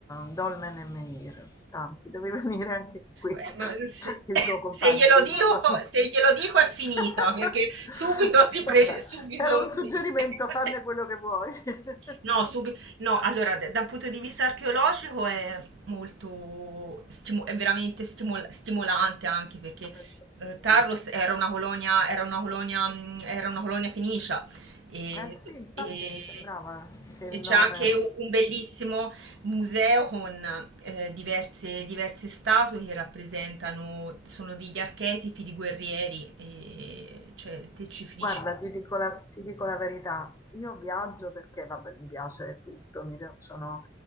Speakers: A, on the left; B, on the right.
A: eh, dolmen e menhir, tanti. Devi <laughs> venire anche qui,
B: Eh,
A: <laughs>
B: ma se,
A: il
B: <coughs>
A: tuo compagno,
B: se glielo
A: diglielo.
B: dico, se glielo dico è finita,
A: <laughs>
B: perché subito si pre-
A: Vabbè,
B: subito
A: era
B: si-
A: un suggerimento,
B: <coughs>
A: farne
B: <laughs>
A: quello che vuoi. <laughs>
B: No, subi- no, allora, da- dal punto di vista archeologico è molto stimo- è veramente stimol- stimolante anche perché
A: Lo penso anch'io.
B: eh, Tarros era una colonia, era una colonia, mh, era una colonia fenicia e,
A: Eh sì, infatti
B: e-
A: mi sembrava che il
B: e
A: nome
B: c'è anche un un bellissimo museo con eh, diverse, diverse statue che rappresentano, sono degli archetipi di guerrieri, e, cioè te ci finisci.
A: Guarda, ti dico la, ti dico la verità, io viaggio perché, vabbè, mi piace tutto, mi piacciono